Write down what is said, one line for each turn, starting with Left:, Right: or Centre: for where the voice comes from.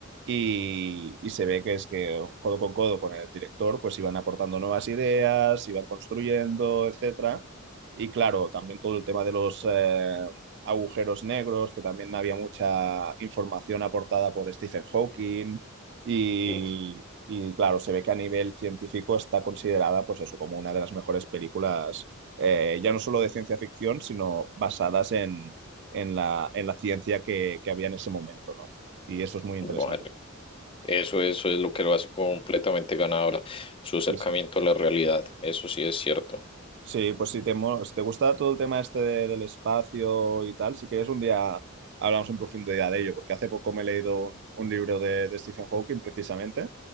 Right: y, y se ve que es que codo con codo con el director, pues iban aportando nuevas ideas, iban construyendo, etcétera y claro, también todo el tema de los eh, agujeros negros, que también había mucha información aportada por Stephen Hawking. Y,
Left: Uf.
Right: y, claro, se ve que a nivel científico está considerada, pues eso, como una de las mejores películas, eh, ya no solo de ciencia ficción, sino basadas en, en la, en la ciencia que, que había en ese momento, ¿no? Y eso es muy interesante.
Left: Bueno, eso, eso es lo que lo hace completamente ganadora, su acercamiento
Right: Sí, sí.
Left: a la realidad, eso sí es cierto,
Right: Sí, pues si te, mo- si te gusta todo el tema este de- del espacio y tal, si quieres un día hablamos en profundidad de ello, porque hace poco me he leído un, un libro de, de Stephen Hawking precisamente